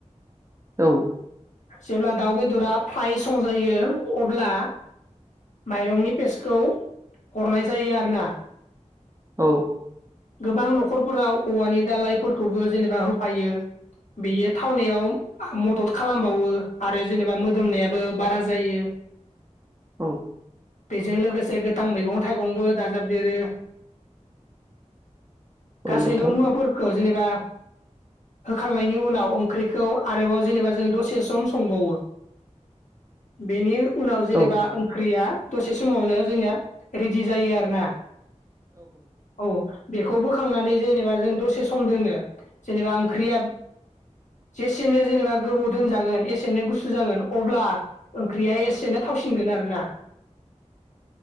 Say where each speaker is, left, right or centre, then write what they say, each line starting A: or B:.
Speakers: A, on the right (about 25°); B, on the left (about 75°).
A: औ
B: जेबला दाउ बेदरा फ्राय सं जायो अब्ला माइरंनि पेस्टखौ हरनाय जायो आरोना
A: औ
B: गोबां न'खरफोराव औवानि दालायफोरखौबो जेनेबा होफायो बेयो थावनायाव मदद खालामबावो आरो जेनेबा मोदोमनायाबो बारा जायो <inaudible>
A: औ
B: बेजों लोगोसे गोथां मैगं थाइगंबो दाजाबदेरो
A: औ
B: गासैबो
A: नोंथां
B: मुवाफोरखौ जेनेबा होखांनायनि उनाव ओंख्रिखौ आरोबाव जेनेबा जों दसे सम संबावो बेनि उनाव जेनेबा
A: औ
B: ओंख्रिया दसे समावनो जोंनिया रेडि जायो आरोना औ बेखौबो खांनानै जेनेबा जों दसे सम दोनो जेनेबा ओंख्रिया जेसेनो जेनेबा गोबाव दोनजागोन एसेनो गुसु जागोन अब्ला ओंख्रिया एसेनो थावसिनगोन आरो ना